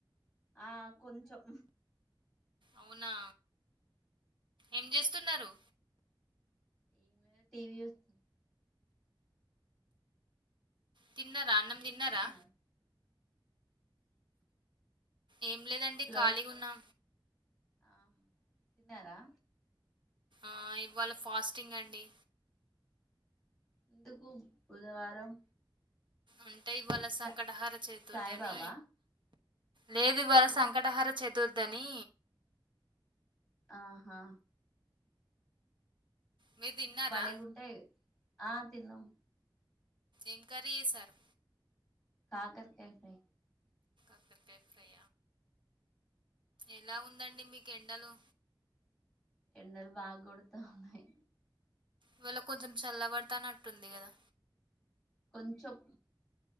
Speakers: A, in the centre; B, on the right.
A: ఆ కొంచం
B: అవునా ఏం చేస్తున్నారు
A: ఎం లేదు టీవీ చూస్తుంద
B: తిన్నారా అన్నం
A: మీరేం
B: తిన్నారా
A: చేస్తున్నారు
B: ఏం లేదండి
A: హలో
B: ఖాళీగా ఉన్నా
A: ఆ తిన్నారా
B: ఆ ఇవాళ ఫాస్టింగ్ అండి
A: ఎందుకు బుధవారం
B: అంటే ఇవాళ సంకటాహార
A: స
B: చతుర్ది
A: సాయిబాబా
B: అని లేదు ఇవాళ సంకటాహార చతుర్థి అని
A: ఆహా
B: మీరు తిన్నారా
A: మీకు భలేగుంటాయి ఆ తిన్నాం
B: ఎం కర్రి చేశారు
A: కాకరకాయ ఫ్రై
B: కాకరకాయ్ ఫ్రై ఆ ఎలా ఉందండి మీకు ఎండలో
A: ఎండలు బాగా కొడుతా ఉన్నాయి
B: ఇవాళ కొంచెం చల్లబడతానట్టుంది కదా
A: కొంచెం